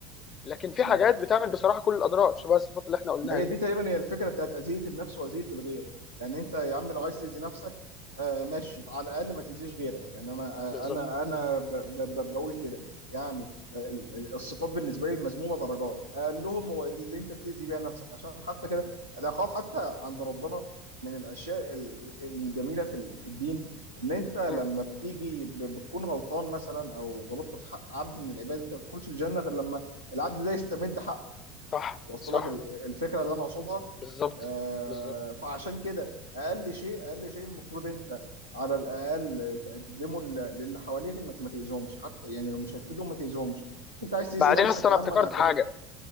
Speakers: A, on the left; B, on the right.
A: لكن في
B: م-
A: حاجات بتعمل بصراحه كل الاضرار شبه الصفات اللي احنا قلناها
B: ما هي
A: دي
B: دي تقريبا هي الفكره بتاعت اذيه النفس واذيه الغير يعني انت يا عم لو عايز تاذي نفسك آه ماشي على الاقل ما تاذيش غيرك يعني انا
A: بالظبط
B: آه، انا انا ب ب ب بقول كده يعني ال- ال- الصفات بالنسبه لي المذمومه درجات اقل لهم هو اللي انت بتاذي بيها نفسك عشان حتى كده العقاب حتى عند ربنا من الاشياء ال- الجميله في ال- في الدين ان انت لما
A: مم.
B: بتيجي ب- بتكون غلطان مثلا او غلطت في حق عبد من العباد انت ما بتدخلش الجنه غير لما العبد ده يستمد حقه
A: صح
B: وصل
A: صح
B: لك ال- الفكره اللي انا اقصدها
A: بالظبط
B: آه،
A: بالظبط
B: فعشان كده اقل شيء اقل شيء المفروض انت على الاقل تقدمه لل- للي حواليك انك ما تاذيهمش حتى يعني لو مش هتفيدهم ما تاذيهمش انت عايز تاذي
A: بعدين
B: نفسك
A: اصل
B: يا
A: انا
B: عم
A: افتكرت
B: انا هعتبر
A: حاجه